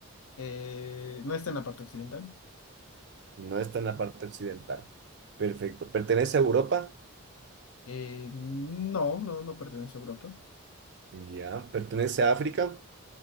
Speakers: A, on the left (about 80°); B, on the right (about 50°).
A: Eh, no está en la parte occidental.
B: No está en la parte occidental. Perfecto. ¿Pertenece a Europa?
A: Eh, no, no, no pertenece a Europa.
B: Ya. ¿Pertenece a África?